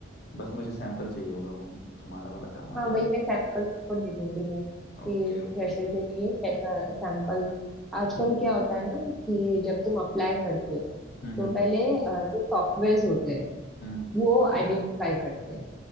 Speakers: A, on the left (about 55°); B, in the centre.
A: बस मुझे सैंपल चाहिए होगा वो तुम्हारा वाला काम आ
B: हाँ
A: जाएगा
B: वही मैं सैंपल तुमको दे दूंगी मैं
A: Okay
B: कि
A: okay
B: फ्रेशर के लिए कैसा सैंपल आजकल क्या होता है ना कि जब तुम अप्लाई करते हो
A: हम्म
B: तो
A: हम्म
B: पहले अ, जो सॉफ्टवेयर होते हैं
A: हम्म,
B: वो आइडेंटिफाई करते हैं